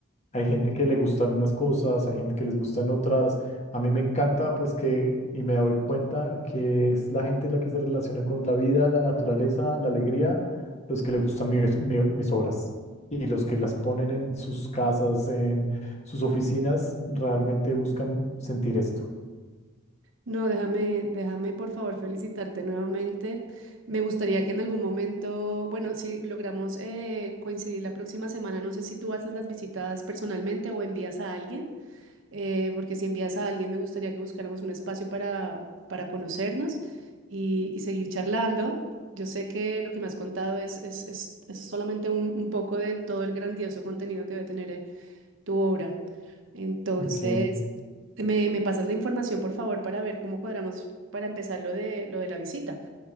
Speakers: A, on the left; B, on the right.
A: Hay gente que le gustan unas cosas, hay gente que les gustan otras. A mí me encanta, pues que, y me doy cuenta que es la gente la que se relaciona con la vida, la naturaleza, la alegría, los que les gustan mi- mi- mis obras. Y los que las ponen en sus casas, en sus oficinas, realmente buscan sentir esto.
B: No, déjame, déjame por favor felicitarte nuevamente. Me gustaría que en algún momento, bueno, si logramos eh, coincidir la próxima semana, no sé si tú haces las visitas personalmente o envías a alguien. eh, porque si envías a alguien me gustaría que buscáramos un espacio para, para conocernos y, y seguir charlando. Yo sé que lo que me has contado es, es, es- es solamente un, un poco de todo el grandioso contenido que debe tener eh, tu obra. Entonces,
A: Ok,
B: me, me pasas la información, por favor, para ver cómo cuadramos para empezar lo de, lo de la visita.